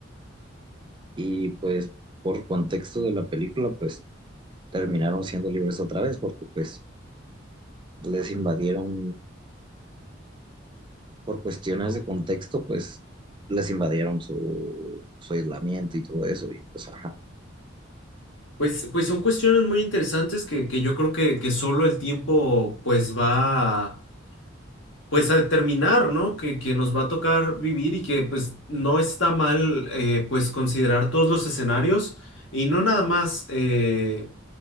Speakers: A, on the right; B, on the left.
A: y pues por contexto de la película pues terminaron siendo libres otra vez porque pues les invadieron por cuestiones de contexto, pues les invadieron su, su aislamiento y todo eso y pues ajá.
B: Pues, pues son cuestiones muy interesantes que, que yo creo que, que solo el tiempo pues va a- pues a determinar, ¿no? Que, que nos va a tocar vivir y que pues no está mal eh, pues considerar todos los escenarios y no nada más eh,